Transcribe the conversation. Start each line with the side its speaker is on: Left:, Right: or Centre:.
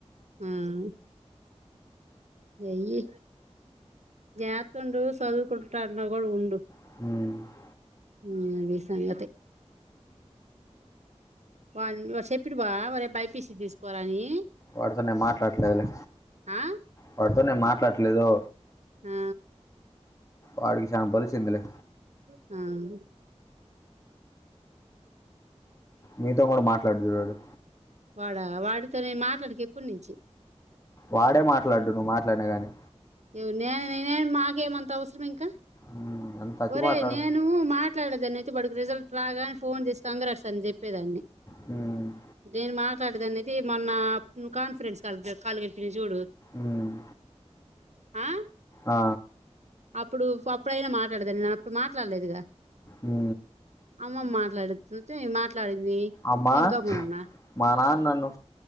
Right: మ్ ఎయ్యి జాత్ ఉండవు చదువుకుంట అన్నావ్ గా ఉండు.
Left: మ్
Right: మ్ అది సంగతి. వాని వ సెప్పినావ వరే బైపిసి తీసుకోరా అని
Left: వాడితో నేను మాట్లాడట్ లేదులే
Right: ఆ
Left: వాడితో నేను మాట్లాడట్లేదు
Right: మ్
Left: వాడికి శానా బలిసిందిలే.
Right: మ్
Left: మీతో కూడ మాట్లాడ్డు చూడు వాడు
Right: వాడ వాడితో నేను మాట్లాడక ఎప్పుడునుంచి
Left: వాడే మాట్లాడ్డు నువ్వు మాట్లాడినా గానీ,
Right: ఎవర్ నేను నేను, మాకేమంత అవసరం ఇంక,
Left: ఉమ్, అంత అతి
Right: ఒరే
Left: మాట్లాడు
Right: నేన్ మ్ మాట్లాడేదాన్ని అయితే వాడికి రిజల్ట్ రాగానే ఫోన్ చేసి కంగ్రాట్స్ అని చెప్పేదాన్ని.
Left: మ్
Right: నేను మాట్లాడేదన్నయితే మొన్న నువ్ కాన్ఫరెన్స్ క కాల్ కలిపినావ్ చూడు
Left: మ్
Right: ఆ
Left: ఆ
Right: అప్పుడు అప్పుడైనా మాట్లాడేదాన్ని నేను అప్పుడు మాట్లాడలేదుగా
Left: మ్
Right: అమ్మమ్మ మాట్లాడితంటే మాట్లాడింది.
Left: అమ్మా
Right: నేను గమ్మునున్నా
Left: మా నాన్న నన్ను